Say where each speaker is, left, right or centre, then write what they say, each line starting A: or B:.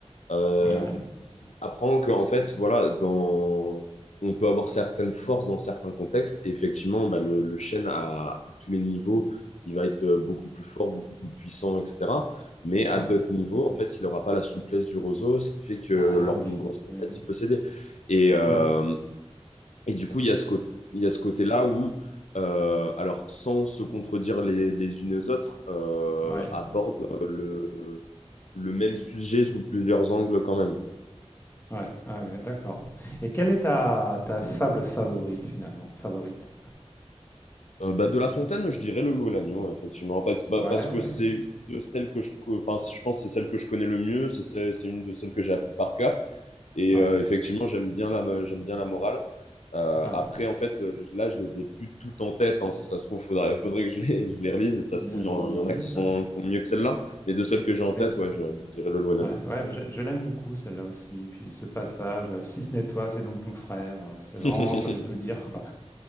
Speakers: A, on the left; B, on the left.
A: euh,
B: ouais,
A: qui apprend que, en fait, voilà, dans... on peut avoir certaines forces dans certains contextes. Et effectivement, bah, le, le chêne à, à tous les niveaux, il va être euh, beaucoup plus fort, beaucoup plus puissant, etc. Mais à
B: ouais.
A: d'autres niveaux, en fait, il n'aura pas la souplesse du roseau, ce qui fait que lors
B: Ah oui,
A: d'une grosse tempête,
B: oui, oui.
A: il peut céder. Et, euh,
B: Mhm.
A: et du coup, il y a ce côté. Il y a ce côté-là où, euh, alors sans se contredire les, les unes aux autres, euh,
B: Ouais,
A: abordent le, le même sujet sous plusieurs angles quand même.
B: ouais, ouais, ouais, d'accord. Et quelle est ta, ta fable favori finalement, favorite?
A: Euh, bah, de La Fontaine, je dirais Le Loup et l'Agneau, effectivement. En fait, c'est pas-
B: Ouais,
A: parce que
B: ouais,
A: c'est de celle que je, co- enfin, je pense que c'est celle que je connais le mieux, c'est celle- c'est une de celles que j'ai appris par cœur. Et
B: ouais,
A: euh, effectivement, j'aime bien la, j'aime bien la morale. Euh,
B: ouais.
A: après, en fait, euh, là, je les ai plus toutes en tête. hein. Si ça se trouve, faudrait, faudrait que je les, <laughs> je les relise. Et ça se
B: Les
A: trouve, il y, en
B: les Hurleys,
A: il y en a qui sont
B: ouais.
A: qui ont mieux que celle-là. Mais de celles que j'ai en
B: Oui.
A: tête, ouais, je, je dirais Le Loup et
B: Ouais,
A: l'Agneau.
B: ouais, bah, je, je l'aime beaucoup celle-là aussi. Puis ce passage, euh, si ce n'est toi, c'est donc ton frère. euh, C'est
A: <laughs>
B: vraiment, ça veut tout dire, quoi.